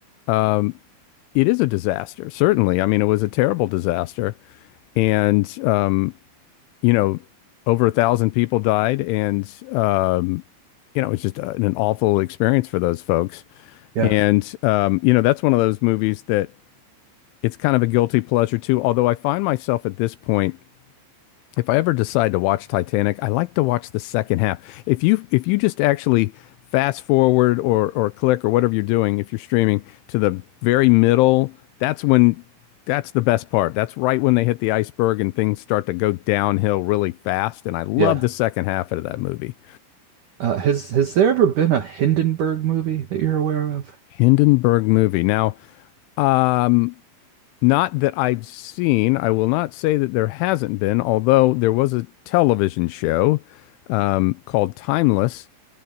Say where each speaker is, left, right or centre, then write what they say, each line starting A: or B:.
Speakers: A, on the left (about 85°); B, on the right (about 75°).
A: um, it is a disaster. Certainly. I mean, it was a terrible disaster, and um, you know, over a thousand people died, and um, you know, it was just a, an awful experience for those folks.
B: yeah,
A: And um, you know, that's one of those movies that it's kind of a guilty pleasure too. Although I find myself at this point, if I ever decide to watch Titanic, I like to watch the second half. If you if you just actually fast forward or or click or whatever you're doing, if you're streaming to the very middle, that's when that's the best part. That's right when they hit the iceberg and things start to go downhill really fast. And I love
B: yeah.
A: the second half of that movie.
B: Uh, has has there ever been a Hindenburg movie that you're aware of?
A: Hindenburg movie. Now, um, Not that I've seen. I will not say that there hasn't been, although there was a television show um, called Timeless,